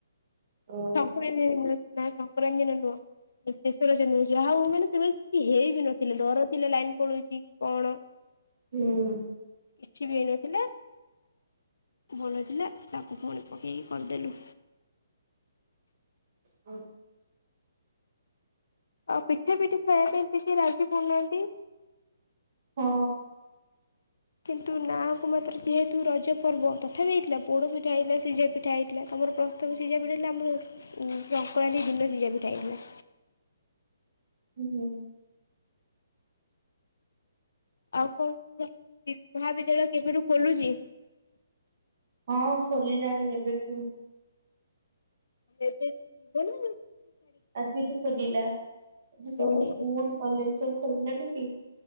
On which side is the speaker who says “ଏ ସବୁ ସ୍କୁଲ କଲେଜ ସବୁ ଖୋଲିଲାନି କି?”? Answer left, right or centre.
Right